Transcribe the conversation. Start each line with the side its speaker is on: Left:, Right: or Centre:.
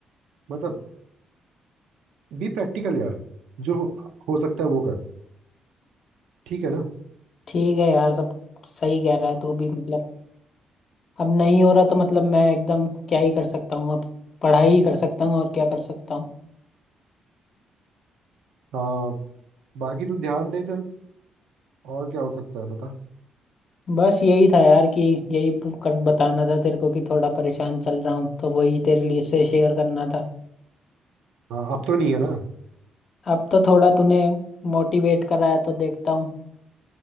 Right: मतलब बी प्रैक्टिकल यार जो हो हो सकता है वो कर ठीक है ना
Left: ठीक है यार सब सही कह रहा है तू भी मतलब अब नहीं हो रहा तो मतलब मैं एकदम क्या ही कर सकता हूँ अब पढ़ाई ही कर सकता हूँ और क्या कर सकता हूँ
Right: हाँ बाकी तू ध्यान दे चल और क्या हो सकता है बता
Left: बस यही था यार कि यही पू- कर- बताना था तेरे को कि थोड़ा परेशान चल रहा हूँ तो वही तेरे लिए से शेयर करना था
Right: हाँ अब तो नहीं है ना
Left: अब तो थोड़ा तूने मोटिवेट कराया तो देखता हूँ